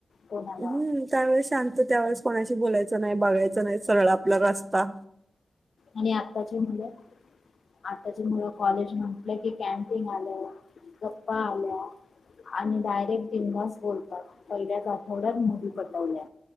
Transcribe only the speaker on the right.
हम्म त्यावेळे शांत त्यावेेळेस कोणाशी बोलायचं नाही बघायचं नाही सरळ आपला रस्ता